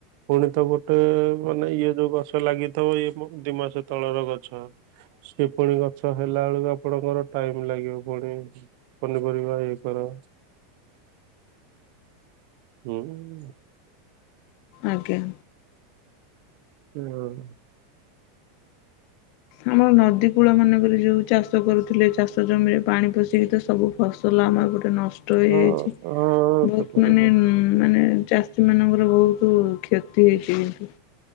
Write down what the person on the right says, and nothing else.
ପୁଣି ତ ଗୋଟେ ମାନେ ଇଏ ଯୋଉ ଗଛ ଲାଗିଥିବ ଇଏ ଦି ମାସ ତଳର ଗଛ ସେ ପୁଣି ଗଛ ହେଲା ବେଳକୁ ଆପଣଙ୍କର ଟାଇମ ଲାଗିବ ପୁଣି ପନିପରିବା ଇଏ କର ହୁଁ
ହୁଁ
ହଁ ହଁ
ସେପଟ